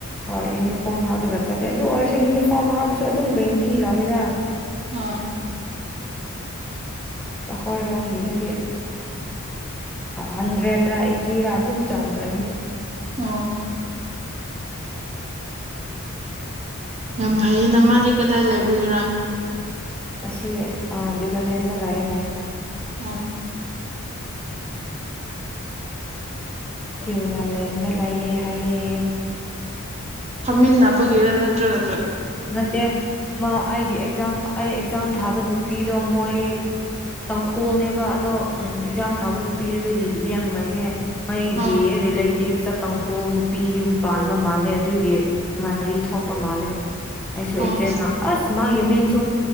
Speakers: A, in the centre; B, on the right (about 30°).
A: ꯍꯣꯏ ꯌꯨꯅꯤꯐꯣꯔꯝ ꯍꯥꯞ ꯂꯧꯒ ꯆ ꯑꯗꯨ ꯐꯣꯔꯝ ꯍꯥꯞꯕꯁꯨ ꯑꯗꯨꯝꯗꯏꯟꯇꯤ ꯂꯧꯥꯎꯋꯏꯗ
B: ꯑꯝ
A: ꯑꯩꯈꯣꯏ ꯔꯣꯝꯒꯤꯗꯨꯗꯤ ꯍꯟꯗ꯭ꯔꯦꯗꯔꯥ ꯑꯩꯠꯇꯤꯔꯥ ꯑꯗꯨꯝ ꯆꯥꯡꯈ꯭ꯔꯅꯤ
B: ꯑ ꯌꯥꯝ ꯐꯥꯏ ꯅꯃꯗꯤ ꯀ ꯀꯗꯥꯥꯏ ꯂꯩꯕꯒꯦꯔꯥ
A: ꯑꯁꯤ ꯑ ꯂ ꯂꯥꯏ ꯂꯑ ꯍꯥꯏ
B: ꯑꯝ
A: ꯇꯤꯨ ꯂꯥꯂꯟꯗ ꯂꯌꯦꯦ ꯍꯥꯏꯌꯦ
B: ꯐꯝꯃꯤꯟꯅꯕꯒꯤꯔ ꯅꯠꯇ꯭ꯔꯒꯁꯨ
A: ꯃꯦ ꯃꯥ ꯑꯩꯒꯤ ꯑꯦꯛꯖꯥꯝ ꯑꯩ ꯑꯦꯛꯁꯥꯝ ꯊ ꯅꯨꯄꯤꯗꯣ ꯃꯣꯏ ꯇ ꯁ꯭ꯀꯣꯜꯅꯦꯕ ꯑꯗꯣ ꯎꯝ ꯑꯦꯛꯖꯥꯝ ꯊꯥꯕ ꯅꯨꯄꯤꯗꯨꯗ ꯂꯡꯕꯅꯦ ꯃꯣꯏꯒꯤ
B: ꯑꯣ
A: ꯔꯤꯂꯦꯇꯤꯞꯇ ꯈꯣꯡ ꯅꯨꯄꯤ ꯌꯨꯝ ꯄꯥꯟꯕ ꯃꯥꯜꯂꯦ ꯑꯗꯨꯏꯒꯤ ꯃꯔꯤ ꯊꯣꯛꯄ ꯃꯥꯜꯂꯦ ꯑꯩꯁꯨ
B: ꯑꯣ
A: ꯑꯦꯛꯖ ꯈꯥꯟ ꯑꯁ ꯃꯥꯒꯤ ꯃꯤꯡ